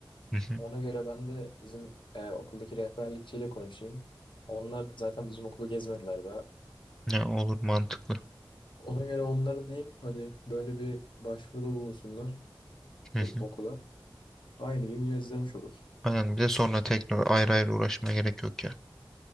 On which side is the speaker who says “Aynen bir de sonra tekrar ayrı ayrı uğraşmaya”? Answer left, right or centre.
Centre